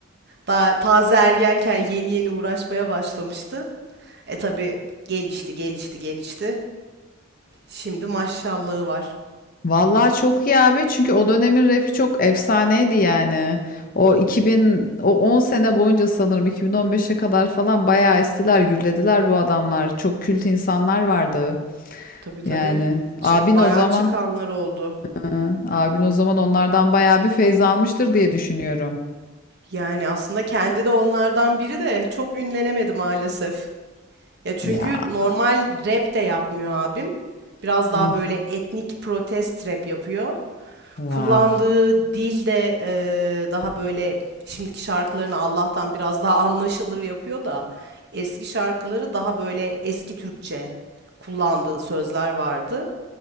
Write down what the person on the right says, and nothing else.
daha taze ergenken yeni yeni uğraşmaya başlamıştı. E tabii gelişti, gelişti, gelişti. Şimdi maşallahı var.
Tabii tabii.
Çık
bayağı
çıkanlar oldu.
Yani aslında kendi de onlardan biri de çok ünlenemedi maalesef. Ya çünkü
normal rap de yapmıyor abim. Biraz
daha böyle etnik protest rap yapıyor.
Kullandığı dil de, eee, daha böyle şimdiki şarkılarını Allah'tan biraz daha anlaşılır yapıyor da eski şarkıları daha böyle eski Türkçe kullandığı sözler vardı.